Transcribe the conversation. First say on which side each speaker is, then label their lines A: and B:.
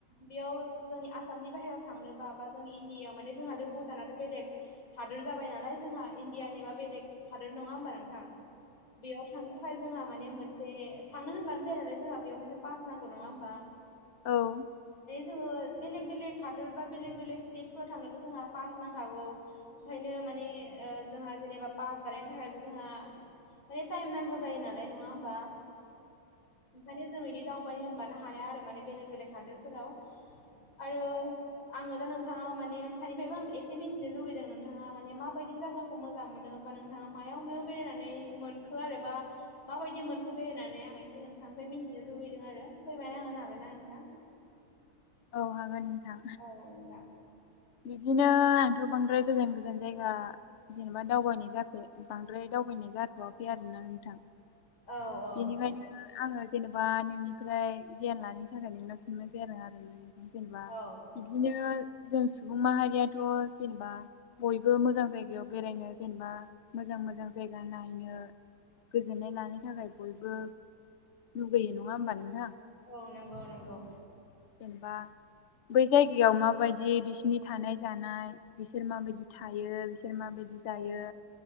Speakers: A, on the left; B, on the left.
A: बेयाव जोंनि आसामनि बाहेरायाव थांनोबा बा जोंनि इण्डियायाव माने जोंहाथ' भुटानाथ' बेलेग आं हादोर जाबाय नालाय जोंहा इण्डियानि मा बेलेग हादोर नंङा होमबा नोंथां। बेयाव थांनो थाखाय जोंहा माने माने मोनसे थांनो होनबानो जाया नालाय जोंहा बेयाव मोनसे पास नांगौ नङा होमबा?
B: औ।
A: जोंङो बेलेग बेलेग हादोर बा बेलेग बेलेग स्टेटफोराव थांनोबो जोंहा पास नांखागौ ओंखायनो माने ओ जोंहा जेनेबा पास बानायनो थाखायबो जोंहा माने टाइम नांगौ जायो नालाय नंङा होमबा ओंखायनो जों बिदि दावबायनो होनबानो हाया आरो माने बेलेग बेलेग हादरफोराव आरो आंङो दा नोंथाङा माने नोंथांनिफ्रायबो आं एसे मिथिनो लुबैयो जों नोंथाङा माने माबायदि जायगाखौ मोजां मोनो बा नोंथाङा मायाव मायाव बेरायनानै मोनखो आरोबा माबायदि मोनखो बेरायनानै आं एसे नोंथांनिफ्राय मिथिनो लुगैदों आरो फोरमायना होनो हागोन ना नोंथां?
B: <inaudible> औ हागोन नोंथां
A: औ नोंथां
B: बिदिनो आंथ' बांद्राय गोजान गोजान जायगा जेनेबा दावबायनाय जायाखै बांद्राय दावबायनाय जाथ'वाखै आरो नोंथां
A: औ औ
B: बेनिखायनो आङो जेनेबा नोंनिफ्राय गियान लानो थाखाय नोंनाव सोंनोसै आरोना जेनेबा
A: औ
B: बिदिनो जों सुबुं माहारियाथ' जेनेबा बयबो मोजां जायगायाव बेरायनो जेनेबा मोजां मोजां जायगा नायनो गोजोननाय लानो थाखाय बयबो लुगैयो नङा होमबा नोंथां
A: औ नंगौ नंगौ
B: जेनेबा बै जायगायाव माबायदि बिसिनि थानाय जानाय बिसोर माबायदि थायो बि- सोर माबायदि जायो
A: औ